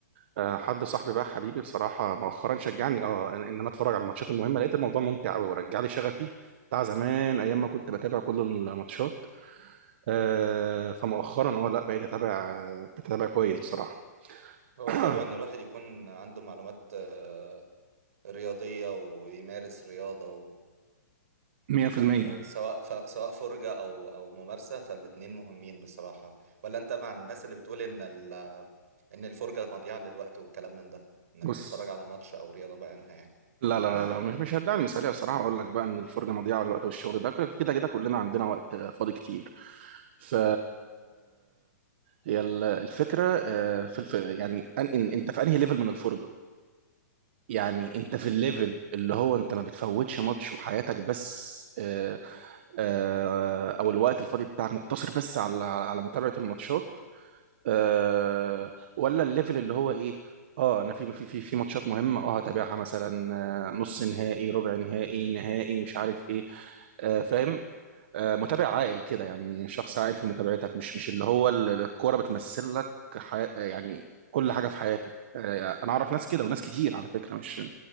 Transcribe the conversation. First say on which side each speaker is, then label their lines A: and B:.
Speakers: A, on the right (about 40°); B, on the right (about 55°).
A: آه، حد صاحبي بقى حبيبي بصراحه مؤخرا شجعني اه ان إن انا اتفرج على الماتشات المهمه لقيت الموضوع ممتع قوي ورجع لي شغفي بتاع زمان ايام ما كنت بتابع كل الماتشات آه، فمؤخرا اه لا بقيت اتابع بقيت اتابع كويس بصراحه
B: هو
A: <clears throat>
B: حلو ان الواحد يكون عنده معلومات آه، رياضية ويمارس رياضة و...
A: 100%
B: يعني سواء ف... سواء فرجة او او ممارسة فالاتنين مهمين بصراحة ولا انت مع الناس اللي بتقول ان ال... ان الفرجة مضيعة للوقت وكلام من ده انك
A: بص
B: تتفرج على ماتش او رياضة بعينها يعني
A: لا لا لا لا، مش مش هدعي المثاليه الصراحه اقول لك بقى ان الفرجه مضيعه للوقت والشغل ده كده كده كده كلنا عندنا وقت آه، فاضي كتير ف هي ال- الفكره آه، في الف... يعني أن... إن... انت في انهي ليفل من الفرجه يعني انت في الليفل اللي هو انت ما بتفوتش ماتش وحياتك بس آه، آه، او الوقت الفاضي بتاعك مقتصر بس على على متابعه الماتشات أه ولا الليفل اللي هو ايه اه انا في في في في ماتشات مهمه اه هتابعها مثلا آه، نص نهائي ربع نهائي نهائي مش عارف ايه آه فاهم آه متابع عاقل كده يعني شخص عاقل في متابعتك مش مش اللي هو ال- الكوره بتمثل لك حي... يعني كل حاجه في حياتك آه انا اعرف ناس كده وناس كتير على فكره مش